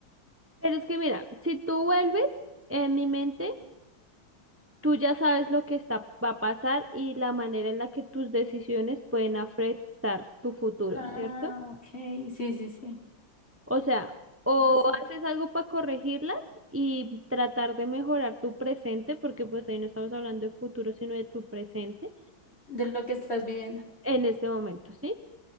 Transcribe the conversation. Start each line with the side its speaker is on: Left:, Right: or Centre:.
Right: Pero es que mira, si tú vuelves en mi mente, tú ya sabes lo que está, va a pasar y la manera en la que tus decisiones pueden afectar tu futuro,
Left: Ah,
Right: ¿cierto?
Left: ok. Sí, sí, sí.
Right: O sea, o
Left: Eso sí.
Right: haces algo para corregirlas y tratar de mejorar tu presente, porque pues ahí no estamos hablando de futuro, sino de tu presente
Left: De lo que estás viviendo.
Right: en este momento, ¿sí?